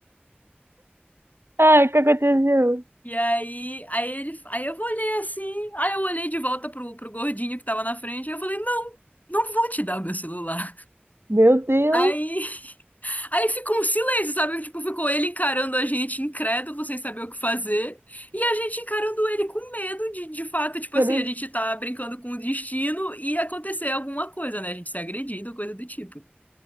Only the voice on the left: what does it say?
E aí, aí ele, aí eu olhei assim, aí eu olhei de volta pro, pro gordinho que tava na frente, e eu falei, não, não vou te dar o meu celular.
Aí Aí ficou um silêncio, sabe? Tipo, ficou ele encarando a gente incrédulo, sem saber o que fazer, e a gente encarando ele com medo de, de fato, tipo
assim, a gente tá brincando com o destino e acontecer alguma coisa, né? A gente ser agredido, coisa do tipo.